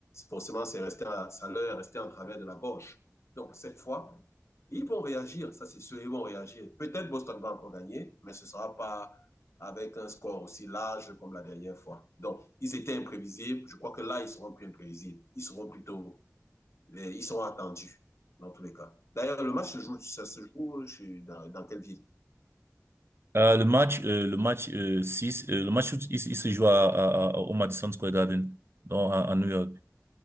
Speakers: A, on the left; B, on the right.
A: forcément, c'est resté à, ça leur est resté en travers de la gauche. Donc, cette fois, ils vont réagir, ça c'est sûr, ils vont réagir. Peut-être Boston va encore gagner, mais ce ne sera pas avec un score aussi large comme la dernière fois. Donc, ils étaient imprévisibles. Je crois que là, ils seront plus imprévisibles. Ils seront plutôt, ils seront attendus dans tous les cas. D'ailleurs, le match se joue, ça se joue dans, dans, quelle ville
B: Euh, le match, euh, le match euh, 6, euh, le match, où il, il se joue à, à- à- au Madison Square Garden, dans, à, à New York.